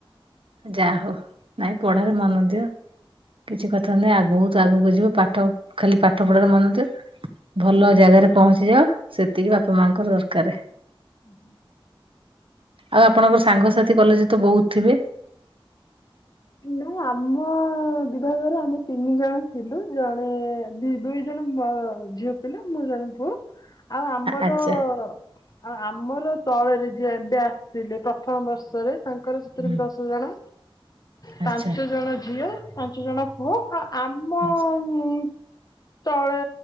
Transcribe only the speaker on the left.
ଓହୋ।
ନା ଆମ ବିଭାଗରେ ଆମେ ତିନି ଜଣ ଥିଲୁ ଜଣେ ଦି ଦୁଇ ଜଣ ମ ଝିଅ ପିଲା ମୁଁ ଜଣେ ପୁଅ ଆଉ ଆମର
ଆଉ ଆମର ତଳେରେ ଯିଏ ଏବେ ଆସିଥିଲେ ପ୍ରଥମ ବର୍ଷରେ ତାଙ୍କର ସେଥିରେ
ବି ଦଶ ଜଣ ପାଞ୍ଚ
ଜଣ ଝିଅ ପାଞ୍ଚ ଜଣ ପୁଅ ଆଉ ଆମ
ଉଁ ତଳେ